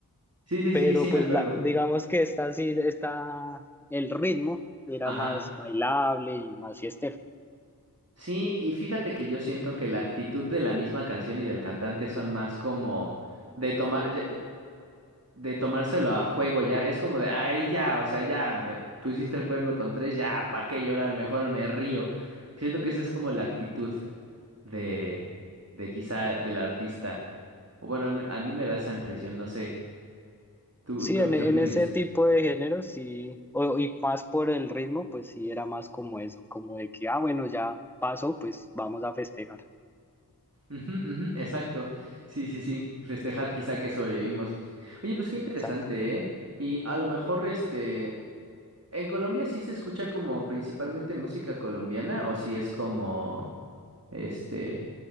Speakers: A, on the right; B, in the centre.
A: sí, sí,
B: Pero
A: sí, sí, me
B: pues
A: acuerdo.
B: la, digamos que esta sí, está el ritmo era
A: Ajá.
B: más bailable y más fiestero.
A: Sí, y fíjate que yo siento que la actitud de la misma canción y del cantante son más como de tomar, ya- de tomárselo a juego ya. Es como de, ay, ya, o sea, ya, me pusiste el cuerno con tres, ya, ¿para qué llorar? Mejor me río. Siento que esa es como la actitud de, de quizá del artista. O bueno, al me- a mí me da esa impresión, no sé. ¿Tú
B: Sí,
A: qué,
B: en,
A: qué
B: en
A: opines?
B: ese tipo de género sí, o- y más por el ritmo, pues sí era más como eso, como de que, ah, bueno, ya pasó, pues vamos a festejar.
A: Ujú, ujú, exacto. Sí, sí, sí. Festejar quizá que sobrevivimos. Oye, pues qué
B: Exacto.
A: interesante, ¿eh? Y a lo mejor, este, en Colombia sí se escucha como principalmente música colombiana o si es como, este,